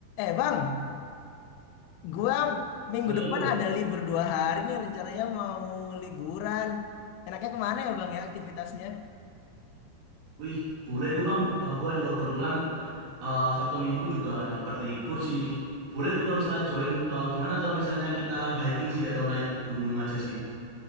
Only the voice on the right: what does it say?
Halo,
halo.
Wih, boleh tuh Bang. Eh, gua juga kebetulan eh, Sabtu Minggu juga dapat libur sih. Boleh tuh kalau misalnya join. Eh, gimana kalau misalnya kita hiking sih atau naik gunung aja sih?